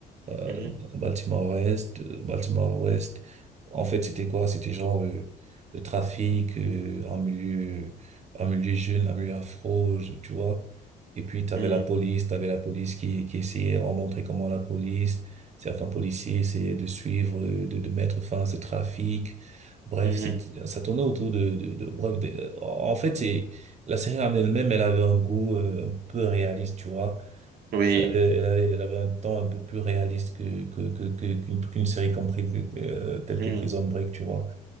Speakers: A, on the right; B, on the right.
A: euh,
B: Mhm,
A: Baltimore-Ouest, euh, Baltimore-Ouest. En fait, c'était quoi? C'était genre euh, le trafic euh, en milieu, en milieu jeune, en milieu afro, je- tu vois. Et puis, t'avais
B: mhm,
A: la police, t'avais la police qui, qui essayait, on montrait comment la police, certains policiers essayaient de suivre, euh, de, de mettre fin à ce trafic. Bref,
B: mhm.
A: c'est, ça tournait autour de, de, de- bref, de- en fait, c'est, la série en elle-même, elle avait un goût euh, un peu réaliste, tu vois.
B: Oui,
A: Elle avait, elle avait, elle avait un temps un peu plus réaliste que, que, que, que- qu'une, qu'une série comme, Pri- euh, telle
B: mhm,
A: que Prison Break, tu vois.